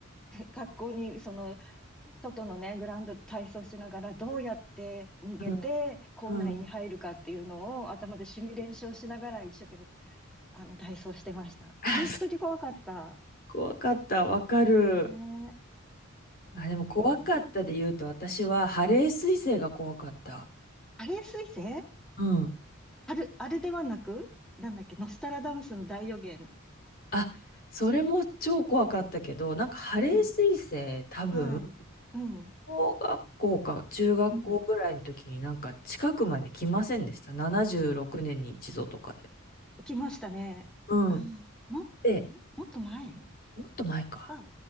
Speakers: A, in the centre; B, on the left.
A: 学校にその外のね、グラウンドで体操しながら、どうやって逃げて、
B: うん。
A: 校内に入るかっていうのを頭でシミュレーションしながら、
B: うん。
A: 一生懸命、あの、体操してました。
B: あそ
A: 本当に怖かった。
B: 怖かった。わかる。
A: ねえ。うん。
B: あ、でも怖かったで言うと、私はハレー彗星が怖かった。
A: あれ彗星
B: うん。
A: ある、あれではなく、なんだっけ、ノスタラダムスの大予言。
B: あ、それも超怖かったけど、なんかハレー彗星多分、
A: うん。はい。うん。
B: 小学校か中学校ぐらいの時になんか近くまで来ませんでした。
A: うん。
B: 76年に一度とかで。
A: 来ましたね。
B: うん。
A: あー、も、
B: で、
A: もっと前
B: もっと前か。
A: あ、